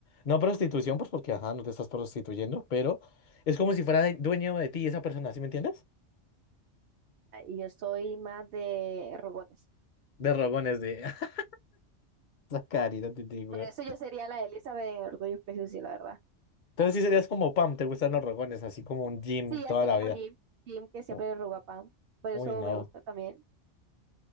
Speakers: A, on the left; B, on the right.
A: no prostitución, pues porque, ajá, no te estás prostituyendo, pero es como si fuera de- dueño de ti esa persona, ¿sí me entiendes?
B: Y yo soy más de rogones.
A: De rogones, de <laughs> sacar y no te digo.
B: Por
A: weón.
B: eso yo sería la de Elizabeth en Orgullo y Prejuicio, la verdad.
A: Entonces sí serías como Pam, te gustan los rogones, así como un gym
B: Sí,
A: toda
B: así
A: la
B: como
A: vida.
B: Jim, Jim que siempre
A: U-
B: le roba pan Por eso
A: Uy, no,
B: me gusta también.